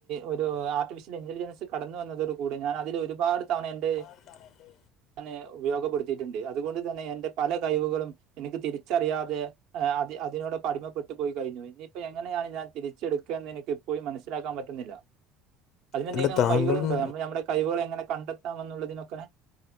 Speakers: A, on the right; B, on the left.
A: ഒരു ആർട്ടിഫിഷ്യൽ ഇന്റലിജൻസ് കടന്ന് വന്നതോടു കൂടി ഞാൻ അതിലൊരുപാട് തവണ എന്റെ
B: <unintelligible>
A: ഞാന് ഉപയോഗപ്പെടുത്തിയിട്ടുണ്ട് അതുകൊണ്ട്തന്നെ എന്റെ പല കയിവുകളും എനിക്ക് തിരിച്ചറിയാതെ അ അതിനോടൊപ്പം അടിമപ്പെട്ടു പോയി കയിഞ്ഞു ഇനി ഇപ്പൊ എങ്ങനെയാണ് ഞാൻ തിരിച്ചെടുക്കാന്ന് എനിക്ക് ഇപ്പോഴും മനസ്സിലാക്കാൻ പറ്റുന്നില്ല അതിനെന്തേലും
B: അല്ല താങ്കളും
A: വൈകളുണ്ടോ നമ്മൾ നമ്മടെ കഴിവുകൾ എങ്ങനെ കണ്ടെത്താം എന്നുള്ളതിനൊക്കെ